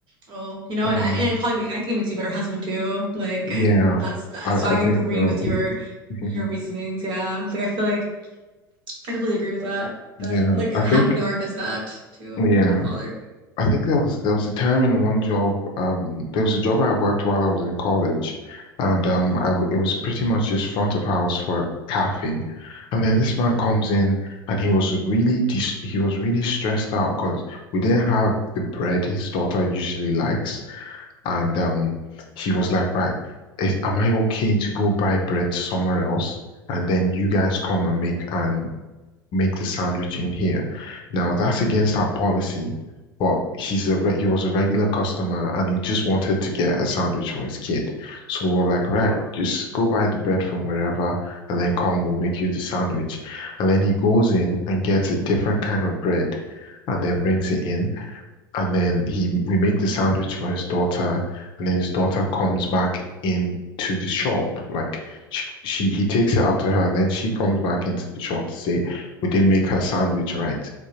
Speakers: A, on the right; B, on the left.
A: Oh, you know,
B: Mm.
A: and I, and it probably make, I think it makes you a better husband too. Like
B: Yeah.
A: that's that,
B: I,
A: so
B: I
A: I agree
B: think so.
A: with your
B: <laughs>
A: your reasonings. Yeah, like I feel like I completely agree with that.
B: Yeah.
A: That like having
B: I think
A: a daughter does that too.
B: yeah.
A: A father.
B: I think there was there was a time in one job, um, there was a job I worked while I was in college, and um,
A: hmm
B: I w it was pretty much just front of house for a cafe, and then this man comes in and he was really dis he was really stressed out because we didn't have the bread his daughter usually likes, and um, he was like, right, is, am I okay to go buy bread somewhere else, and then you guys come and make and make the sandwich in here. Now that's against our policy, but he's a re he was a regular customer and he just wanted to get a sandwich for his kid. So we're like, right,
A: Oh,
B: just go buy the bread from wherever and then come, we'll make you the sandwich. And then he goes in and gets a different kind of bread and then brings it in and then he we make the sandwich for his daughter, and then his daughter comes back into the shop. Like she, she he takes it out to her, and then she comes back into the shop to say we didn't make her sandwich right.